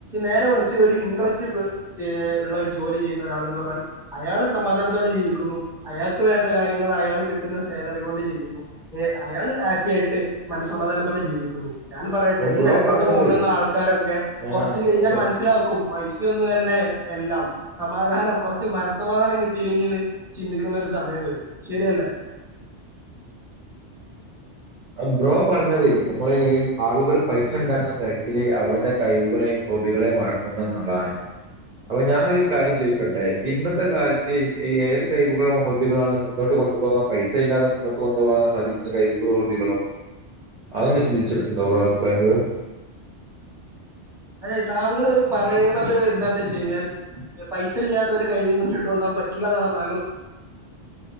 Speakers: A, in the centre; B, on the right.
A: നേരെ കുറച്ച് ഒരു ഇൻട്രസ്റ്റ് ഉള്ള ഒരു ജോലി ചെയ്യുന്ന ഒരാൾന്ന് പറഞ്ഞാൽ അയാൾ സമാധാനത്തോട് ജീവിക്കുന്നു അയാൾക്ക് വേണ്ട കാര്യങ്ങൾ അയാൾ കിട്ടുന്ന സാലറി കൊണ്ട് ചെയ്യുന്നു ഏ അയാള് ഹാപ്പി ആയിട്ട് മനസ്സമാധാനത്തോടെ ജീവിക്കുന്നു ഞാൻ പറയട്ടെ ഈ
B: ബ്രോ
A: നട്ട
B: പറഞ്ഞത്
A: ഓടുന്ന ആൾക്കാരൊക്കെ
B: ഏഹ്
A: കുറച്ച് കഴിഞ്ഞാൽ
B: അത്
A: മനസിലാക്കും പൈസൊന്നുമല്ല എല്ലാം സമാധാനം കുറച്ച് മനസ്സമാധാനം കിട്ടിയില്ലെങ്കിൽന്ന് ചിന്തിക്കുന്ന ഒരു സമയം വരും ശരിയല്ലേ
B: ആ ബ്രോ പറഞ്ഞത് നമ്മൾ ആളുകൾ പൈസ ഉണ്ടായിരുന്ന തിരക്കില് അവളടെ കഴിവുകളെയും ഹോബികളെയും മറക്കുന്ന നളാണ് അപ്പൊ ഞാനൊരു കാര്യം ചോദിക്കോട്ടെ ഇന്നത്തെ കാലത്ത് ഈ ഏത് കഴിവുകളും ഹോബികളുംാണ് മുന്നോട്ട് കൊണ്ടുപോകാൻ പൈസ ഇല്ലാതെ മുന്നോട്ട് കൊണ്ടുപോകാൻ സാധിക്കുന്ന കഴിവുകളും ളും അന്ന് ചിന്തിച്ചിട്ടണ്ട അവ അഭിപ്രായങ്ങളും
A: അതെ താങ്കള് പറയണത് എന്താന്ന് വെച്ച കഴിഞ്ഞാൽ പൈസ ഇല്ലാത്ത ഒരു കഴിവ് മുന്നോട്ട് കൊണ്ടകാൻ പറ്റൂില്ല എന്നാണ് താങ്കൾ